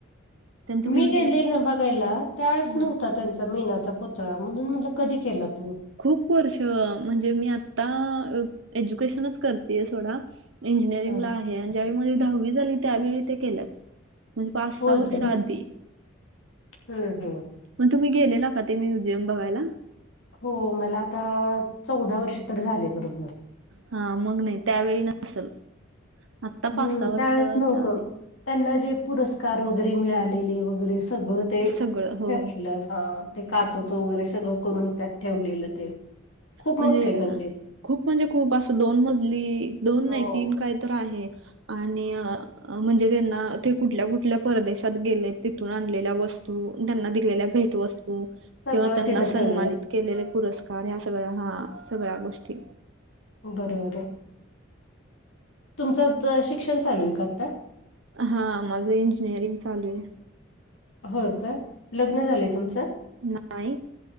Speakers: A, on the right; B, on the left.
A: त्यांचं म्युझियम
B: मी गेलेले ना बघायला त्यावेळेस
A: ह
B: नव्हता त्यांचा. त मेनाचा पुतळा म्हणून म्हणलं कधी केला तूम्ही?
A: खूप वर्ष म्हणजे मी आता अं एज्युकेशनच करतेय सोडा. इंजिनिअरिंग
B: ह
A: ला आहे आणि ज्यावेळी माझी दहावी झाली त्यावेळी ते केलं. म्हण पाच
B: होय
A: सहा वर्ष
B: का
A: आधी.
B: हम्म हम्म.
A: मग तुम्ही गेलेला का ते म्युझियम बघायला.
B: हो मला आता चौदा वर्ष तर झाले बरोबर.
A: हा मग नाही त्यावेळी नसल आता
B: हम्म
A: पाच सहा वर्षाच्या
B: त्यावेळेस नव्हतं
A: आधी
B: त्यांना जे पुरस्कार वगैरे मिळालेले वगैरे स सगळं ते <unintelligible>
A: सगळं हो
B: हा. ते काचचं वगैरे सगळं करून त्यात ठेवलेलं ते, खूप
A: म्हणजे
B: मोठंय पण ते.
A: खूप म्हणजे खूप असं दोन मजली दोन
B: हो
A: नाही तीन काही तर आहे आणि अं म्हणजे त्यांना ते कुठल्या कुठल्या परदेशात गेले तिथून आणलेल्या वस्तू त्यांना दिलेल्या भेट वस्तू
B: सगळं
A: किंवा त्यांना
B: तिथं
A: सन्मानित
B: ठेवलंय
A: केलेले पुरस्कार हे असे सगळ्या हा सगळ्या गोष्टी
B: बरोबरय तुमचं त शिक्षण चालू आहे का आत्ता?
A: हा माझं इंजिनिअरिंग चालू आहे.
B: हो काय? लग्न झालंय तुमचं?
A: न्हाई,